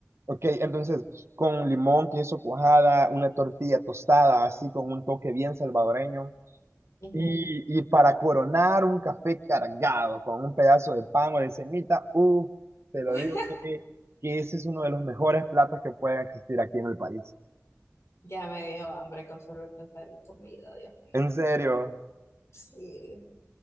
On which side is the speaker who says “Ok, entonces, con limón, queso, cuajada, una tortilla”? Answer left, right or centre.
Right